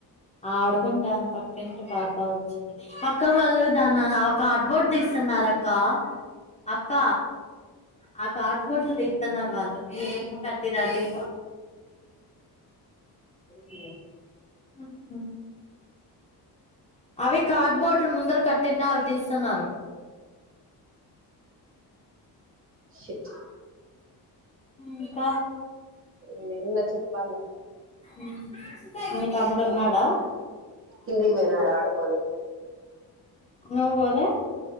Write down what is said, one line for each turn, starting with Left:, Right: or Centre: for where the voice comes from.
Left: ఆడుకుంటద్ పక్కింటి పాప వచ్చింది ఆ ఇంకా వల్లధన ఆ కార్బోర్డ్ తీస్తాన్నారు అక్క అక్క ఆ కార్డ్ బోర్డులు తీతున్నారు వాళ్ళు మీరేం కట్టిధాటి <unintelligible> అవి కార్ బోర్డ్లు ముందార్ కట్ కింద అవ్ తీస్తున్నారు
Right: షట్
Left: ఇంక
Right: నేనేందో చెప్పాలా
Left: ఉమ్ మీ తమ్ముడు ఉన్నాడా?
Right: కిందికి పోయినాడు ఆడుకొనికి
Left: నువ్ పోలే